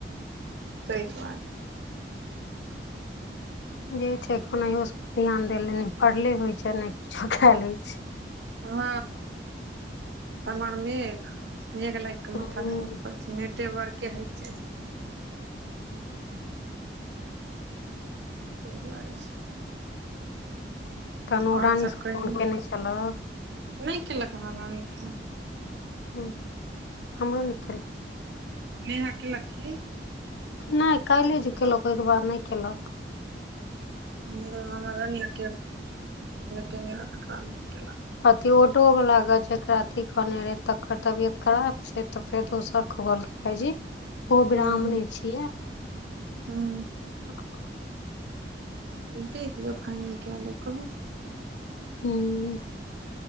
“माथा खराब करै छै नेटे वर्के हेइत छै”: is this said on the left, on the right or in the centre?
Right